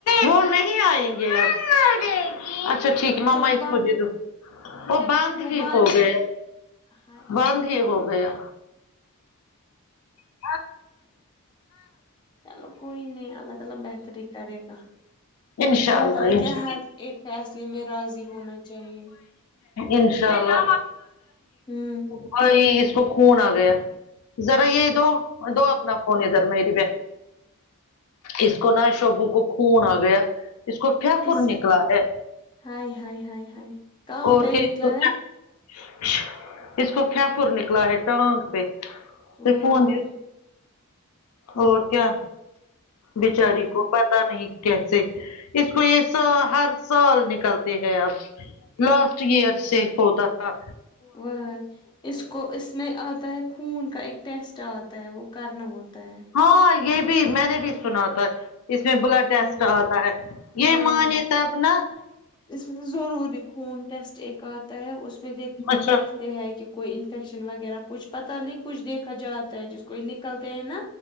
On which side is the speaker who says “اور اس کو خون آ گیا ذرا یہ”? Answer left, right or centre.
Left